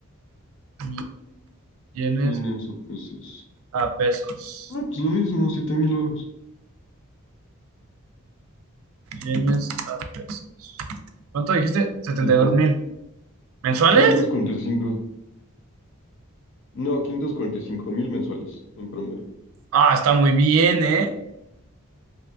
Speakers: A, on the right; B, on the left.
A: mil yenes
B: yenes o pesos.
A: a pesos.
B: Ah, pues lo mismo, siete mil varos.
A: Yenes a pesos. ¿Cuánto dijiste? setenta
B: Mm.
A: y dos mil. ¿Mensuales?
B: quinientos cuarenta y cinco. No, quinientos cuarenta y cinco mil mensuales en promedio.
A: Ah, está muy bien, ¿eh?